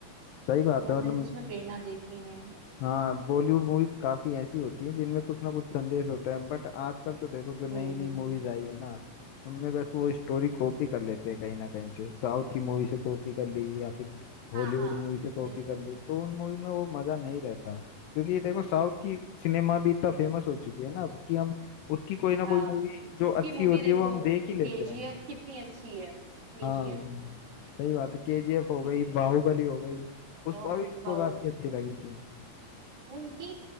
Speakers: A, on the left; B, on the right.
A: सही बात
B: जो
A: है
B: हमें
A: मतलब
B: सच में प्रेरणा देती हैं
A: हाँ बॉलीवुड मूवीज काफी ऐसी होती हैं जिनमें कुछ ना कुछ संदेश होता है बट आजकल तो देखो जो
B: हम्म
A: नई नई
B: हम्म
A: मूवीज आई है ना उनमें बस वो स्टोरी कॉपी
B: हम्म।
A: कर लेते हैं कहीं ना कहीं से साउथ की मूवी से कॉपी कर ली या फिर हॉलीवुड
B: हाँ हाँ
A: मूवी से कॉपी
B: बिल्कुल
A: कर ली
B: बिल्कुल।
A: तो उन मूवी में वो मजा नहीं रहता क्योंकि ये देखो साउथ की
B: नहीं, नहीं,
A: सिनेमा
B: नहीं।
A: भी इतना फेमस हो चुकी है ना कि हम उसकी कोई ना
B: हाँ
A: कोई मूवी जो
B: उसकी
A: अच्छी
B: मूवी
A: होती
B: देखो
A: है वो हम देख ही लेते
B: केजीएफ
A: हैं
B: कितनी अच्छी है केजीएफ
A: हाँ सही बात है केजीएफ हो
B: इतनी
A: गई
B: बढ़िया
A: बाहुबली
B: मूवी
A: हो गई पुष्पा
B: बहुत
A: भी इसको
B: बाहुबली
A: काफी अच्छी लगी थी
B: उनकी